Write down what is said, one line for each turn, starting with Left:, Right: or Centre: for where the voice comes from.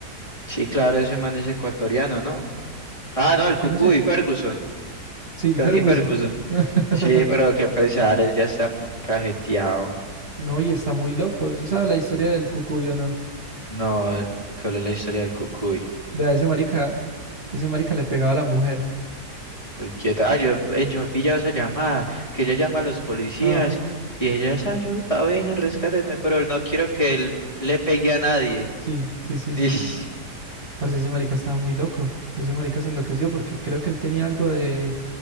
Left: Sí, claro, ese man es ecuatoriano, ¿no? Ah,
Right: Mira
Left: no, el
Right: que
Left: Cucuy,
Right: no sé.
Left: Ferguson,
Right: Sí,
Left: Tony
Right: Ferguson.
Left: Ferguson.
Right: <laughs>
Left: Sí, pero qué pesar, él ya está muy cajeteado.
Right: No, y está muy loco. ¿Sí sabe la historia del Cucuy o no?
Left: No, eh, ¿cuál es la historia del cucuy?
Right: Vea, ese marica, ese marica le pegaba a la mujer.
Left: Muy quieta. Ah, yo, eh, yo he pillado esa llamada, que ella llama a los policías
Right: Ah,
Left: y ella es ayuda, vengan, rescátenme, pero no quiero que él le pegue a nadie.
Right: sí, sí, sí,
Left: Ish,
Right: sí. Parce, ese marica estaba muy loco. Ese marica se enloqueció porque creo que él tenía algo de,